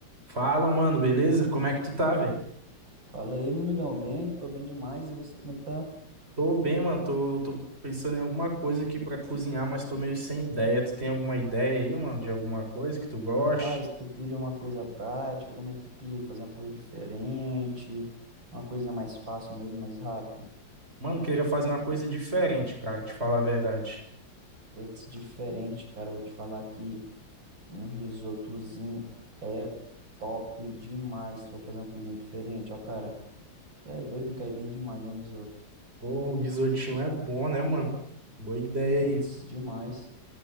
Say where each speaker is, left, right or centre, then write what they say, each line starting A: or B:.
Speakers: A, on the right; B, on the right.
A: Fala, mano, beleza? Como é que tu tá, velho?
B: Fala aí, meu amigão, bem? Tô bem demais. E você, como é que tá?
A: Tô bem, mano. Tô, tô pensando em alguma coisa aqui pra cozinhar, mas tô meio sem ideia. Tu tem alguma ideia aí, mano, de alguma coisa que tu goste?
B: Rapaz, tu queria uma coisa prática? Como é que tu queria fazer uma coisa diferente? Uma coisinha mais fácil mesmo, mais rápido?
A: Mano, queria fazer uma coisa diferente, cara, te falar a verdade.
B: Putz, diferente, cara, eu vou te falar aqui. Um risotozinho é top demais. Se for fazer uma coisinha diferente, ó, cara. Tá é doido, cai bem demais um risoto.
A: Pô, um risotinho é bom, né, mano? Boa ideia
B: Putz,
A: aí.
B: demais.